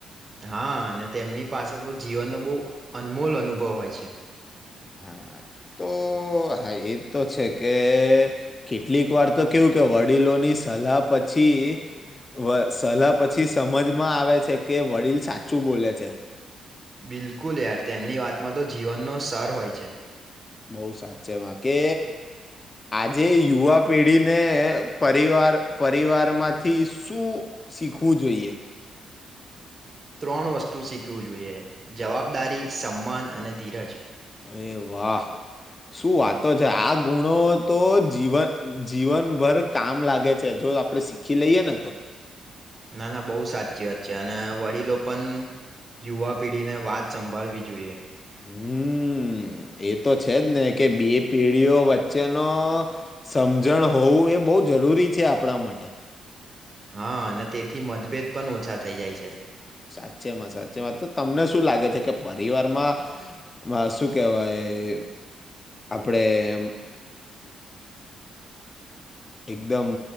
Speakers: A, on the right; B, on the left.
A: હા અને તેમની પાસે બો જીવનનો બો અનમોલ અનુભવ હોય છે.
B: હા તો હા એતો છે કે કેટલીક વાર તો કેવું કે વડીલોની સલાહ પછી કે વ સલાહ પછી સમજમાં આવે છે કે વડીલ સાચું બોલે છે.
A: બિલકુલ યાર તેમની વાતમાં તો જીવનનો સર હોય છે.
B: બોઉ સાચે માં કે આજે યુવા પેઢીને પરિવા વાર પરિવાર માંથી શું શીખવું જોઈએ?
A: ત્રણ વસ્તુ શીખવું જોઈએ જવાબદારી સમાન અને ધીરજ.
B: અરે વાહ શું વાતો છે આગ ગુણો તો જીવન જીવનભર કામ લાગે છે જો આપડે શીખી લઈએ ને તો. <inaudible>
A: ના ના બહુ સાચી વાત છે અને વડીલો પણ યુવા પીઢીને વાત સંભાળવી જોઈએ.
B: હમ એ તો છે જ ને કે બે પેઢીઓ વચ્ચેનો સમજણ હોવું એ બહુ જ જરૂરી છે આપડા માટે.
A: હા અને તેથી મતભેદ પણ ઓછા થઈ જાય છે.
B: સાચે માં સાચેમાં તો તમને શું લાગે છે કે પરિવારમાં શું કેવાય. આપડે એમ. એકદમ